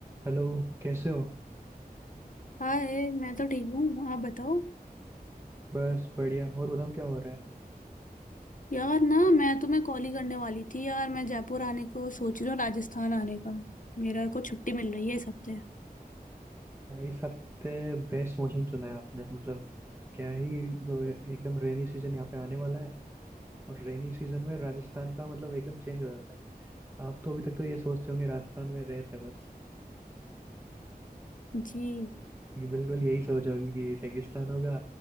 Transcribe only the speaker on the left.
हाय मैं तो ठीक हूँ आप बताओ
यार ना मैं तुम्हें कॉल ही करने वाली थी यार मैं जयपुर आने को सोच रही हूँ राजस्थान आने का मेरा को छुट्टी मिल रही है इस हफ्ते
जी